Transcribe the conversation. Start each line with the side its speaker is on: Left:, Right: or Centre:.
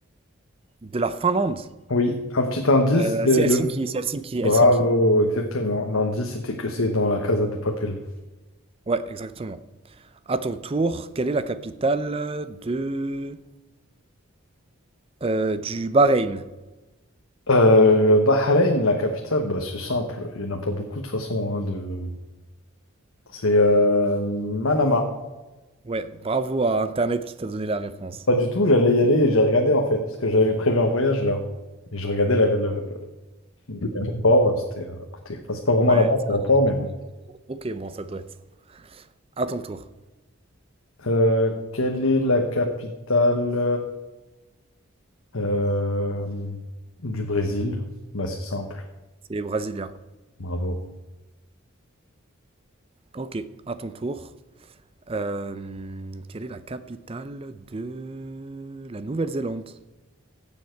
Right: De la Finlande.
Left: Oui, un petit indice,
Right: Euh,
Left: c'est
Right: c'est Helsinki,
Left: le
Right: c'est Helsinki,
Left: Bravo,
Right: Helsinki.
Left: exactement. L'indice, c'était que c'est dans la Casa de Papel.
Right: Ouais, exactement. À ton tour, quelle est la capitale de euh, du Bahreïn?
Left: Euh, Bahreïn, la capitale, bah, c'est simple. Il n'y en a pas beaucoup de façon. hein, de... C'est euh, Manama.
Right: Ouais, bravo à Internet qui t'a donné la réponse.
Left: Pas du tout, j'allais y aller et j'ai regardé en fait, parce que j'avais prévu un voyage là. Et je regardais la- le- le- l'aéroport, euh, c'était à côté. Enfin, c'est pas vraiment
Right: Ouais,
Left: là-bas,
Right: c'est
Left: l'aéroport,
Right: pas
Left: mais bon.
Right: trop. ok, bon, ça doit être ça. À ton tour.
Left: Euh, quelle est la capitale euh, du Brésil? Bah, c'est simple.
Right: C'est brésilien.
Left: Bravo.
Right: Ok, à ton tour. Euh, quelle est la capitale de la Nouvelle-Zélande?